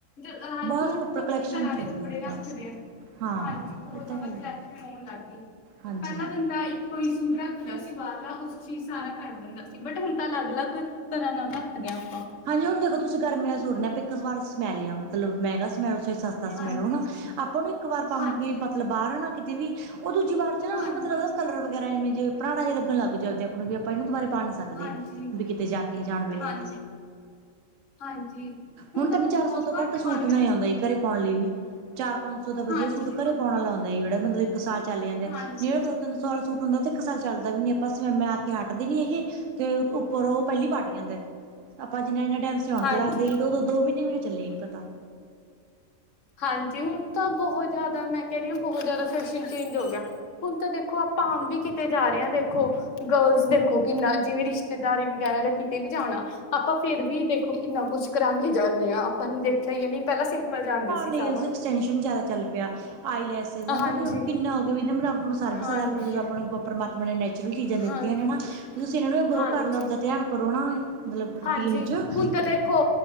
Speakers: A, on the left; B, on the right.
A: ਰਾਤ
B: ਬਹੁਤ
A: ਰਾ
B: ਕੱਪੜੇ
A: ਤਰਾਂ
B: ਕਲੈਕਸ਼ਨ ਚ
A: ਦੇ
B: ਹੋ
A: ਕੱਪੜੇ
B: ਗਈ ਹੁਣ
A: ਰੱਖਦੇ
B: ਤਾਂ।
A: ਆ।
B: ਹਾਂ,
A: ਹਾਂਜੀ, ਬਹੁਤ
B: ਇਹ
A: ਜ਼ਿਆਦਾ
B: ਤਾਂ ਗੱਲ ਹੈ
A: ਕਲੈਕਸ਼ਨ ਹੋਣ ਲੱਗ ਗਈ,
B: ਹਾਂਜੀ।
A: ਪਹਿਲਾਂ ਬ ਦਾ ਇੱਕ ਈ ਸੂਟ ਰੱਖਦਾ ਸੀ ਬਾਹਰਲਾ, ਉਸ ਚ ਸਾਰਾ ਘੱਟ ਦਿੰਦਾ ਸੀ, ਬਟ ਹੁਣ ਤਾਂ ਅਲੱਗ- ਅਲੱਗ ਤਰ੍ਹਾਂ ਨਾਲ ਰੱਖਦੇ ਆਪਾਂ।
B: ਹਾਂਜੀ, ਹੁਣ ਦੇਖੋ ਤੁਸੀਂ ਗਰਮੀਆਂ ਦਾ ਸੂਟ ਨੇ ਆਪਾਂ ਇੱਕ ਵਾਰ ਸਮੈਲ ਆ, ਮਤਲਬ ਮਹਿੰਗਾ ਸਮੈਲ। ਦਸ
A: ਹਾਂਜੀ
B: ਮੈ ਮੈਨੂੰ ਹਨਾ, ਆਪਾਂ ਇੱਕ ਵਾਰ ਪਾਵਾਂਗੇ
A: ਹਾਂਜੀ
B: ਮਤਲਬ ਬਾਹਰ ਨਾ ਕਿਤੇ ਵੀ, ਦੂਜੀ ਵਾਰ ਚ ਨਾ
A: ਹਾਂਜੀ
B: ਉਹਨੂੰ ਮਤਲਬ ਉਹਦਾ ਕਲਰ ਵੇ ਜੇ ਪੁਰਾਣਾ ਜਿ ਲੱਗਣ ਲੱਗ ਜਾਂਦੇ, ਆਪਾਂ ਨੂੰ ਵੀ ਆਪਾਂ ਇਹਨੂੰ ਦੁਬਾਰਾ ਪਾ ਨਹੀ ਸਕਦੇ
A: ਹਾਂਜੀ
B: ਵੀ ਕਿਤੇ ਜਾ ਕੇ ਕੀ ਜਾਣ ਵੇਲੇ।
A: ਹਾਂਜੀ ਹਾਂਜੀ।
B: ਹੁਣ
A: ਤਾਂ
B: ਤਿੰਨ
A: ਆਪਾਂ
B: ਚਾਰ
A: ਬਹੁਤ
B: ਸੌ ਤੋਂ ਘੱਟ ਸੂਟ
A: ਪਾਉਂਦੇ
B: ਨਹੀ
A: ਹਾਂ
B: ਆਉਂਦਾ, ਘਰੇ ਪਾਉਣ ਲਈ ਵੀ। ਚਾਰ ਪੰਜ ਸੋ ਦਾ ਵਧੀਆ
A: ਹਾਂਜੀ
B: ਸੂਟ ਘਰੇ ਪਾਉਣ ਆਲਾ ਆਉਂਦਾ, ਜਿਹੜਾ ਮਤਲਬ ਇੱਕ ਸਾਲ ਚੱਲ ਜਾਂਦਾ,
A: ਹਾਂਜੀ
B: ਜਿਹੜਾ ਦੋ-ਤਿੰਨ ਸੌ ਵਾਲਾ ਸੂਟ ਹੁੰਦਾ ਉਹ ਤਾਂ ਇੱਕ ਸਾਲ ਚਲਦਾ ਵੀ ਨਹੀਂ, ਮੈਂ ਹਟਦੇ ਵੀ ਨਹੀਂ ਹੈਗੀ। ਤੇ ਉੱਪਰ ਉਹ ਪਹਿਲੀ ਪਾਰਟੀ ਆਪਾਂ ਜਿਨਾਂ ਨੇ ਟਾਈਮ ਚ ਆਉਣ
A: ਹਾਂਜੀ
B: ਤੇ ਲੱਗਦਾ, ਦੋ ਮਹੀਨੇ ਵੀ ਨਾ ਚੱਲੇ ਇਹਨੂੰ ਪਤਾ।
A: ਹਾਂਜੀ, ਹੁਣ ਤਾਂ ਬਹੁਤ ਜ਼ਿਆਦਾ ਮੈਂ ਕਹਿ ਰਹੀ ਹਾਂ, ਬਹੁਤ ਜ਼ਿਆਦਾ ਫੈਸ਼ਨ ਚੇਂਜ ਹੋ ਗਿਆ। ਹੁਣ ਤਾਂ ਦੇਖੋ ਆਪਾਂ ਆਮ ਵੀ ਕਿਤੇ ਜਾ ਰਹੇ ਆ ਦੇਖੋ ਗਰਲਸ ਦੇਖੋ ਕਿੰਨਾ ਜਿਵੇਂ ਰਿਸ਼ਤੇਦਾਰੀ ਵਗੈਰਾ ਜਾਂ ਕਿਤੇ ਵੀ ਜਾਣਾ ਆਪਾਂ ਫੇਰ ਵੀ ਦੇਖੋ ਕਿੰਨਾ ਕੁਝ ਕਰਾ ਕੇ ਜਾਂਨੇ ਆ ਆਪਾਂ ਨੇ ਦੇਖਿਆ ਈ ਆ ਨਹੀ ਪਹਿਲਾਂ ਸਿੰਪਲ ਜਾਂਦੇ ਸੀ।
B: ਨੇੇਲਜ
A: ਸਭ
B: ਐਕਸਟੈਂਸ਼ਨ ਜ਼ਿਆਦਾ ਚੱਲ ਪਿਆ, ਆਈਲੈਸਿਸ ਹਨਾ
A: ਹਾਂਜੀ
B: ਵੀ ਕਿੰਨਾ ਹੋ ਗਿਆ ਵੀ ਇਹਨਾ ਬਿਨਾਂ ਆਪਾਂ ਨੂੰ ਸਰ ਵੀ
A: ਹਾਂਜੀ
B: ਸਕਦਾ ਆਪਾਂ ਨੂੰ ਜਦੋਂ ਆਪਾਂ ਨੂੰ ਪਰਮਾਤਮਾ ਨੇ ਨੈਚੁਰਲ ਚੀਜ਼ਾਂ ਦਿੱਤੀਆਂ
A: ਹਾਂਜੀ
B: ਨੇ ਨਾ, ਤੁਸੀਂ ਇਹਨਾਂ ਨੂੰ ਗਰੋ
A: ਹਾਂਜੀ
B: ਕਰ ਲਓ ਆਪਦਾ ਧਿਆਨ ਕਰੋ ਨਾ ਮਤਲਬ ਰੂਟੀਨ
A: ਹਾਂਜੀ,
B: ਚ
A: ਹੁਣ ਤਾਂ ਦੇ ਖੋ